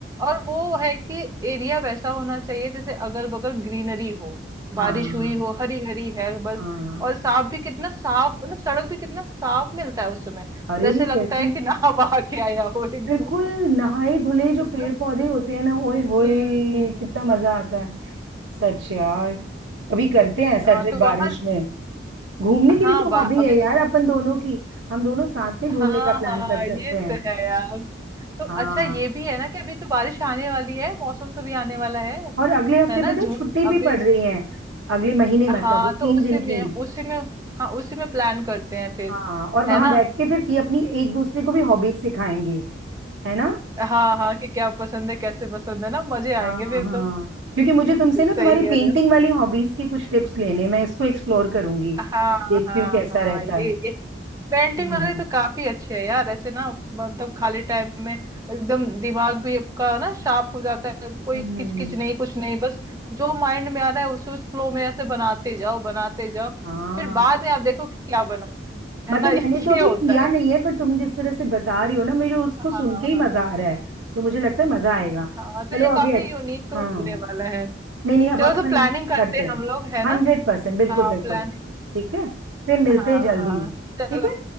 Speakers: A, on the right (about 20°); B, on the right (about 85°).
A: और वो है कि एरिया वैसा होना चाहिए जैसे अगल बगल ग्रीनरी हो बारिश
B: हाँ
A: हुई हो हरी हरी है बस
B: हाँ
A: और साफ भी कितना साफ मतलब सड़क भी कितना साफ मिलता है उस समय
B: अरे
A: जैसे लगता
B: कैसी
A: है कि <laughs> नहा बहा के आया हो एकदम
B: बिल्कुल नहाए धुले जो
A: है
B: पेड़
A: ना
B: पौधे होते हैं ना ओए
A: हम्म
B: होए
A: हम्म,
B: कितना मजा
A: हम्म।
B: आता है सच यार कभी करते हैं ऐसा
A: हाँ
B: ट्रिप
A: तो
B: बारिश
A: वहां
B: में घूमने की
A: हाँ
B: भी तो
A: बा
B: हॉबी
A: अभी
B: है
A: तो
B: यार अपन दोनों की हम दोनों साथ में
A: हाँ
B: घूमने का प्लान
A: हाँ
B: कर सकते
A: ये
B: हैं
A: तो है यार तो
B: हाँ
A: अच्छा ये भी है ना कि अभी तो बारिश आने वाली है मौसम तो भी आने वाला है
B: और अगले हफ्ते
A: है ना
B: पे तो
A: जून
B: छुट्टी
A: अभी
B: भी पड़ रही है अगले महीने मतलब
A: हाँ
B: तीन
A: तो उसी
B: दिन
A: में
B: की
A: उसी में हाँ उसी में प्लान करते हैं फिर
B: हाँ और
A: है
B: वहां
A: ना
B: बैठ के फिर ये अपनी एक दूसरे को भी हॉबीज सिखाएंगे है ना
A: हाँ हाँ कि क्या पसंद है कैसे पसंद है ना मजे आएंगे
B: हाँ
A: फिर
B: हाँ
A: तो
B: क्योंकि मुझे तुमसे ना तुम्हारी
A: सही कह
B: पेंटिंग
A: रहे हो
B: वाली हॉबीज की कुछ टिप्स लेने हैं। मैं इसको एक्सप्लोर करूंगी
A: हाँ
B: देखती
A: हाँ
B: हूँ कैसा
A: हाँ
B: रहता
A: ये
B: है
A: ये पेंटिंग
B: हम्म
A: वाले
B: हम्म
A: तो काफी अच्छे हैं यार ऐसे ना मतलब खाली टाइम में एकदम दिमाग भी आपका ना शार्प हो जाता है कोई
B: हम्म,
A: किचकिच नहीं कुछ नहीं बस जो माइंड में आ रहा है उसे उस फ्लो में ऐसे बनाते जाओ बनाते जाओ
B: हाँ
A: फिर बाद में आप देखो कि क्या बना
B: मतलब
A: है ना <laughs> ये
B: मैंने तो अभी
A: होता
B: किया
A: है
B: नहीं है पर तुम जिस तरह से बता रही हो ना मुझे उसको
A: हाँ
B: सुन के ही
A: हाँ
B: मजा आ रहा है तो मुझे लगता है मजा आएगा
A: हाँ तो
B: चलो
A: ये काफी
B: अभी ऐस-
A: यूनिक तो
B: हाँ
A: होने वाला है
B: नहीं नहीं अब
A: चलो
B: अपन
A: तो प्लानिंग करते
B: करते
A: हैं
B: हैं
A: हम लोग है ना
B: हंड्रेड परसेंट बिल्कुल
A: हाँ
B: बिल्कुल
A: प्लानिंग
B: ठीक है फिर मिलते
A: हाँ
B: हैं जल्दी
A: हाँ चलो
B: ठीक है